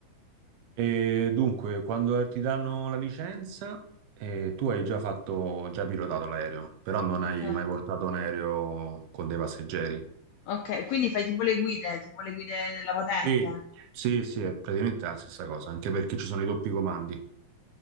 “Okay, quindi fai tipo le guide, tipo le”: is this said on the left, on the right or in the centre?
Left